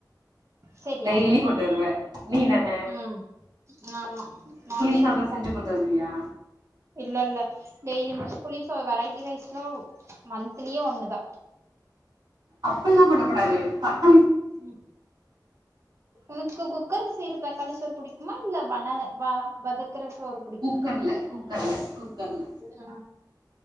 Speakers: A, on the right; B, on the right.
A: செரியா
B: டெய்லி கொண்டு வருவ நீ தான
A: ம் ஆமா நாதா இனிமே
B: சாதம்
A: ச
B: செஞ்சு கொண்டு வருவியா
A: இல்ல இல்ல டெய்லிமே புளிசோ வெரைட்டி ரைஸ்லா மாந்த்லியே ஒன்னுதா
B: அப்பில்லா பண்ணக்கூடாது ப
A: ம் உனக்கு குக்கர்ல செய்ற தக்காளி சோறு புடிக்குமா இல்ல வன வ வதக் த்துற சோற்
B: குக்கர்ல குக்கர்ல குக்கர்ல
A: அ